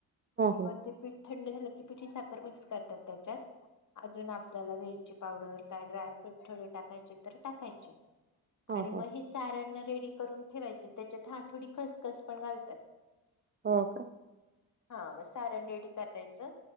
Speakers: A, on the left; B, on the right.
A: आणि
B: हो,
A: मग ते प थंड झालं की पिची साखर मिक्स करतात त्याच्यात अजून आपल्याला वरची पावडर का ड्रॅ ठठळे टाका तर टाकाय
B: हो,
A: आणि
B: हो,
A: म स रेडी करून ठेवायचे त्याच्यात ह थोडी खसखस पण घालतात.
B: हो का
A: हा मग सारण रेडी करायचं